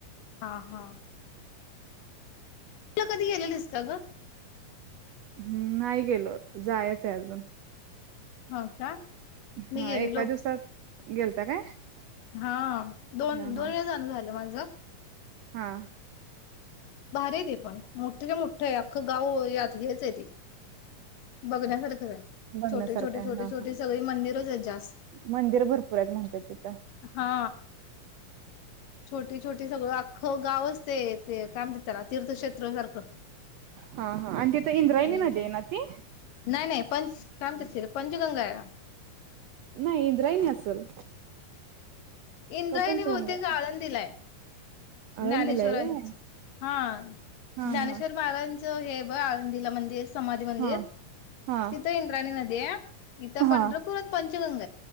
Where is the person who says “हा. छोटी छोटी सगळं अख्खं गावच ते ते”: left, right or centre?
Left